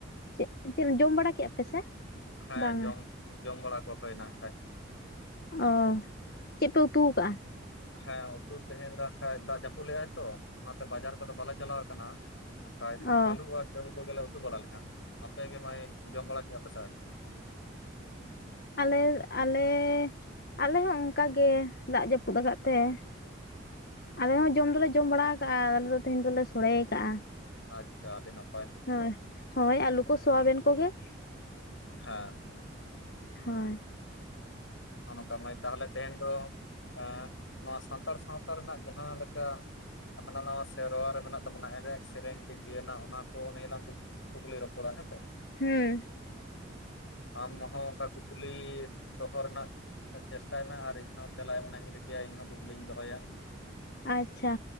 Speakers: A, on the left; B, on the left.
A: ᱪᱮᱫ ᱪᱮᱫ ᱡᱚᱢ ᱵᱟᱲᱟ ᱠᱮᱫᱼᱟ ᱯᱮ ᱥᱮ?
B: ᱦᱮᱸ
A: ᱵᱟᱝᱟ
B: ᱡᱚᱢ ᱡᱚᱢ ᱵᱟᱲᱟ ᱠᱚ ᱦᱩᱭ ᱮᱱᱟ ᱦᱟᱜ ᱠᱷᱟᱡ ᱾
A: ᱚ, ᱪᱮᱫ ᱯᱮ ᱩᱛᱩ ᱟᱠᱟᱜᱼᱟ?
B: ᱦᱮᱸ ᱩᱛᱩ ᱛᱮᱦᱮᱸᱧ ᱫᱚ ᱦᱟᱜ ᱠᱷᱟᱡ ᱫᱟᱜ ᱡᱟᱹᱯᱩᱫ ᱞᱮᱜᱼᱟᱭ ᱛᱚ ᱚᱱᱟᱛᱮ ᱵᱟᱡᱟᱨ ᱠᱚᱫᱚ ᱵᱟᱞᱮ ᱪᱟᱞᱟᱣ ᱟᱠᱟᱱᱟ ᱾ ᱵᱟᱠᱷᱟᱡ
A: ᱚ
B: ᱟᱹᱞᱩ ᱟᱨ ᱫᱟᱹᱞ ᱠᱚᱜᱮ ᱞᱮ ᱩᱛᱩ ᱵᱟᱲᱟ ᱞᱮᱫᱼᱟ ᱾ ᱟᱯᱮ ᱜᱮ ᱢᱟᱹᱭ ᱡᱚᱢ ᱵᱟᱲᱟ ᱠᱮᱫᱼᱟ ᱯᱮ ᱟᱣᱹᱨᱤ?
A: ᱟᱞᱮ ᱟᱞᱮ ᱟᱞᱮ ᱦᱚᱸ ᱚᱱᱠᱟ ᱜᱮ ᱫᱟᱜ ᱡᱟᱹᱯᱩᱫ ᱟᱠᱟᱫ ᱛᱮ ᱾ ᱟᱞᱮ ᱦᱚᱸ ᱡᱚᱢ ᱫᱚᱞᱮ ᱡᱚᱢ ᱵᱟᱲᱟ ᱟᱠᱟᱜᱼᱟ ᱾ ᱟᱞᱮ ᱫᱚ ᱛᱮᱦᱮᱧ ᱫᱚᱞᱮ ᱥᱳᱲᱮ ᱟᱠᱟᱜᱼᱟ ᱾
B: ᱟᱪᱪᱷᱟ ᱟᱹᱰᱤ ᱱᱟᱯᱟᱭ ᱾
A: ᱦᱳᱭ, ᱦᱳᱭ ᱟᱹᱞᱩ ᱠᱚ ᱥᱚᱣᱟᱵᱮᱱ ᱠᱚᱜᱮ ᱾
B: ᱦᱮᱸ ᱦᱮᱸ ᱾
A: ᱦᱳᱭ ᱾
B: ᱱᱚᱜ-ᱚ ᱱᱚᱝᱠᱟ ᱢᱟᱹᱭ ᱾ ᱛᱟᱦᱚᱞᱮ ᱛᱮᱦᱮᱧ ᱫᱚ ᱮᱸᱻ ᱱᱚᱣᱟ ᱥᱟᱱᱛᱟᱲ ᱥᱟᱶᱛᱟ ᱨᱮᱱᱟᱜ ᱡᱟᱦᱟᱸ ᱞᱮᱠᱟ ᱦᱟᱱᱟ ᱱᱟᱣᱟ ᱥᱮᱨᱣᱟ ᱨᱮ ᱢᱮᱱᱟᱜ ᱛᱟᱵᱚᱱᱟ, ᱮᱱᱮᱡ ᱥᱮᱨᱮᱧ ᱫᱤᱜᱽ ᱫᱤᱭᱟᱹᱱᱟᱜ ᱚᱱᱟ ᱠᱚ ᱱᱤᱭᱟᱹ ᱞᱟᱝ ᱠᱩᱠ ᱠᱩᱠᱞᱤ ᱨᱚᱯᱚᱲᱟ ᱦᱮᱸ ᱥᱮ ᱾
A: ᱦᱩᱸ ᱾
B: ᱟᱢ ᱦᱚᱸ ᱚᱱᱠᱟ ᱠᱩᱠᱞᱤ ᱫᱚᱦᱚ ᱨᱮᱱᱟᱜ ᱪᱮᱥᱴᱟᱭ ᱢᱮ ᱟᱨ ᱤᱧ ᱦᱚᱸ ᱛᱮᱞᱟ ᱮᱢ ᱨᱮᱱᱟᱜ ᱤᱧ ᱨᱤᱠᱟᱹᱭᱟ, ᱤᱧᱦᱚᱸ ᱠᱩᱠᱞᱤᱧ ᱫᱚᱦᱚᱭᱟ ᱾
A: ᱟᱪᱪᱷᱟ,